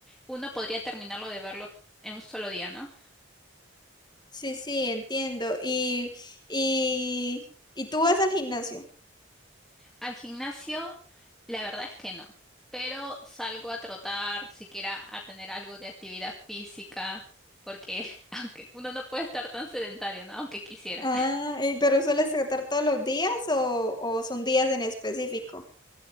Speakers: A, in the centre; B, on the left.
A: uno podría terminarlo de verlo en un solo día, ¿no?
B: Sí, sí, entiendo. Y, y, y tú vas al gimnasio.
A: Al gimnasio, la verdad es que no, pero salgo a trotar, siquiera a tener algo de actividad física, porque <laughs> aunque uno no puede estar tan sedentario, ¿no? Aunque quisiera.
B: Ah, y ¿pero sueles tratar todos los días o, o son días en específico?